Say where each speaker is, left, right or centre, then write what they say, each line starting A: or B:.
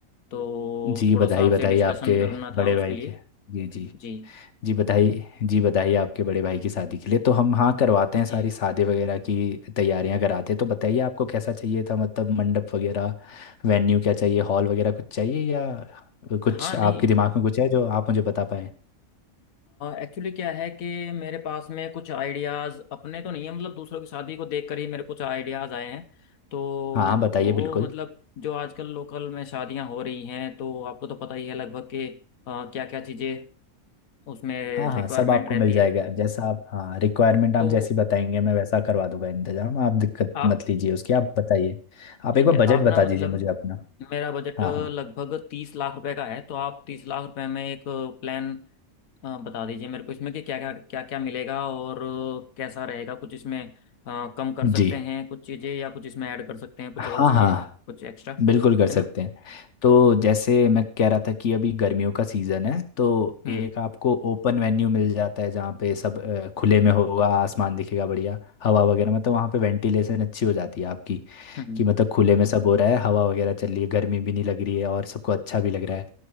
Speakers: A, on the left; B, on the left.
A: तो
B: जी
A: थोड़ा
B: बधाई
A: सा आपसे
B: बधाई
A: डिस्कशन
B: आपके
A: करना
B: बड़े
A: था उसके
B: भाई
A: लिए
B: के जी जी
A: जी
B: जी बधाई जी बधाई आपके बड़े भाई की शादी के लिए तो हम हाँ करवाते हैं
A: जी
B: सारी शादी वगैरह की तैयारियां कराते हैं तो बताइए आपको कैसा चाहिए था मतलब मंडप वगैरह वेन्यू क्या चाहिए हॉल वगैरह कुछ चाहिए या कुछ
A: हाँ
B: आपके
A: नहीं
B: दिमाग में कुछ है जो आप मुझे बता पाएँ
A: एक्चुअली क्या है कि मेरे पास में कुछ आइडियाज़ अपने तो नहीं है मतलब दूसरों की शादी को देखकर ही मेरे कुछ आइडियाज़ आए हैं तो
B: हाँ हाँ बताइए
A: वो
B: बिल्कुल
A: मतलब जो आजकल लोकल में शादियां हो रही हैं तो आपको तो पता ही है लगभग के क्या क्या चीज़ें उसमें
B: हाँ हाँ
A: रिक्वायरमेंट
B: सब आपको
A: रहती
B: मिल जाएगा
A: है
B: जैसा आप हाँ रिक्वायरमेंट आप
A: तो
B: जैसी बताएंगे मैं वैसा करवा दूंगा इंतजाम आप दिक्कत
A: आप
B: मत लीजिए उसकी आप बताइए आप
A: ठीक
B: एक बार
A: है
B: बजट
A: आप
B: बता
A: ना मतलब
B: दीजिए मुझे अपना
A: मेरा बजट
B: हाँ हाँ
A: लगभग तीस लाख रुपए का है तो आप तीस लाख रुपए में एक प्लान अ, बता दीजिए मेरे को इसमें कि क्या क्या क्या क्या मिलेगा और अ, कैसा रहेगा कुछ इसमें अ, कम कर
B: जी
A: सकते हैं कुछ चीज़ें या कुछ इसमें ऐड कर सकते हैं कुछ
B: हाँ
A: और चीज़ें
B: हाँ
A: कुछ एक्स्ट्रा
B: बिल्कुल कर सकते
A: है ना
B: हैं तो जैसे मैं कह रहा था कि अभी गर्मियों का सीज़न है तो
A: हम्म
B: एक आपको ओपन वेन्यू मिल जाता है जहाँ पे सब अ, खुले में होगा आसमान दिखेगा बढ़िया हवा वगैरह मतलब वहाँ पे वेंटिलेशन अच्छी हो जाती है आपकी
A: हम्म
B: कि मतलब खुले में सब हो रहा है हवा वगैरह चल रही है गर्मी भी नहीं लग रही है और सबको अच्छा भी लग रहा है